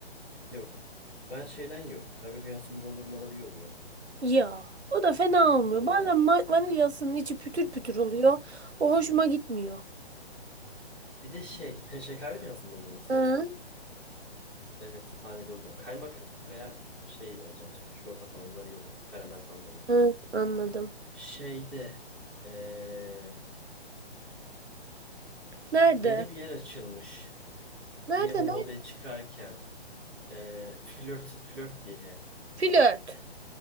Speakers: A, in the centre; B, on the right (about 80°).
A: Yok. Ben şeyden yiyorum. Kahve dünyasının dondurmaları iyi oluyor.
B: Ya o da fena olmuyor.
A: Valla.
B: Bazen ma- vanilyasının içi pütür pütür oluyor. O hoşuma gitmiyor.
A: Bir de şey. He, şey kahve dünyasının dondurmasının
B: Hı,
A: mı? Evet taneli oluyor. Kaymak veya şey alacağım. Sütlü çikolata falan bunlar iyi oluyor. Karamel falan da iyi.
B: hı, anladım.
A: Şeyde eee,
B: Nerede?
A: yeni bir yer açılmış.
B: Nerede?
A: Yine bu modaya
B: Nerede?
A: çıkarken eee, flört flört diye.
B: Flört.